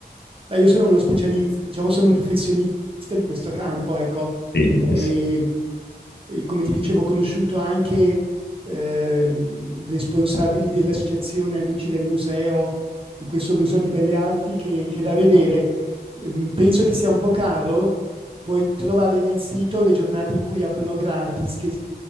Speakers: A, on the right; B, on the left.
A: Beh, io sono uno specialista, diciamo, sono un professionista di questo campo, ecco.
B: Sì,
A: E,
B: eh, sì.
A: e come ti dicevo, ho conosciuto anche ehm, responsabili dell'associazione Amici del Museo, di questo Museo di Belle Arti, che, che è da vedere. Ehm, penso che sia un po' caro. Puoi trovare nel sito le giornate in cui aprono gratis, che